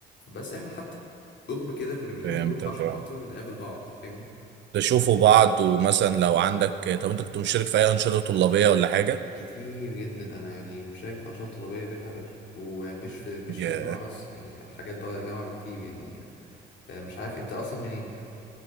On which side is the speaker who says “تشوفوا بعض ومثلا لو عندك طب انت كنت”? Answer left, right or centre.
Right